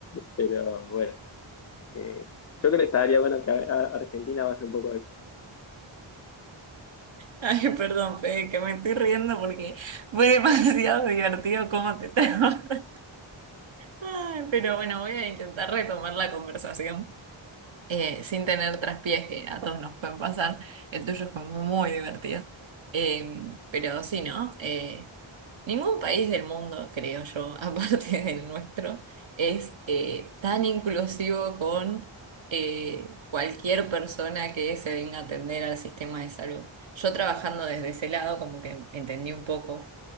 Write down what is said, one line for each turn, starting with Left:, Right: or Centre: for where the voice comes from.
Left: pero bueno, eh, yo creo que estaría bueno que a- a Argentina vaya un poco a eso.
Right: Ay, perdón, Fede, que me estoy riendo porque fue demasiado <laughs> divertido cómo te trago. <laughs> Ay, Pero bueno, voy a intentar retomar la conversación eh, sin tener traspiés que a todos nos pueden pasar. El tuyo fue muy divertido. Eh, pero sí, ¿no? Eh, Ningún país del mundo, creo yo, <laughs> aparte del nuestro, es eh, tan inclusivo con eh, cualquier persona que se venga a atender al sistema de salud. Yo trabajando desde ese lado, como que entendí un poco,